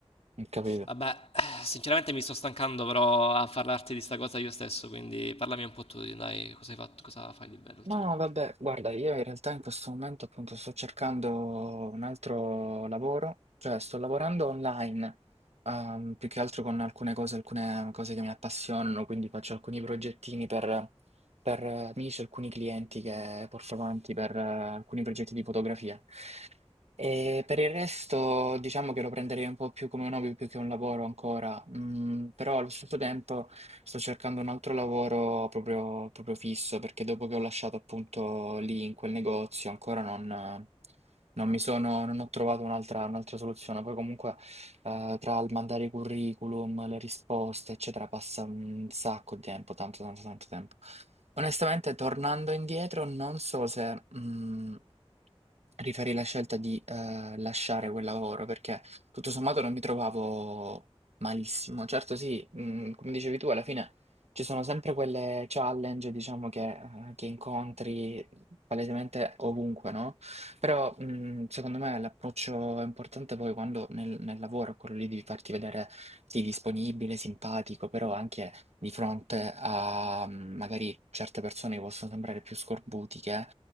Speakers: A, on the right; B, on the left.
A: ho capito.
B: Vabbè, eh, sinceramente mi sto stancando però a parlarti di sta cosa io stesso, quindi parlami un po' tu, dai, cosa hai fatto, cosa fai di bello ultimamente?
A: No, no, vabbè, guarda, io in realtà in questo momento appunto sto cercando un altro lavoro, cioè sto lavorando online, ehm, più che altro con alcune cose, alcune cose che mi appassionano, quindi faccio alcuni progettini per, per amici, alcuni clienti che porto avanti per eh, alcuni progetti di fotografia. E per il resto diciamo che lo prenderei un po' più come un hobby più che un lavoro ancora, Mm, però allo stesso tempo sto cercando un altro lavoro proprio, proprio fisso perché dopo che ho lasciato appunto lì in quel negozio ancora non, non mi sono, non ho trovato un'altra un'altra soluzione. Poi comunque eh, tra il mandare i curriculum, le risposte eccetera passa un sacco di tempo, tanto tanto tanto tempo. Onestamente tornando indietro non so se... mm, rifarei la scelta di eh, lasciare quel lavoro perché tutto sommato non mi trovavo malissimo. Certo, sì, mh, come dicevi tu, alla fine ci sono sempre quelle challenge, diciamo, che, eh, che incontri palesemente ovunque, no? Però mh, secondo me l'approccio importante poi quando nel, nel lavoro è quello lì di farti vedere sì, disponibile, simpatico, però anche di fronte a mh, magari certe persone che possono sembrare più scorbutiche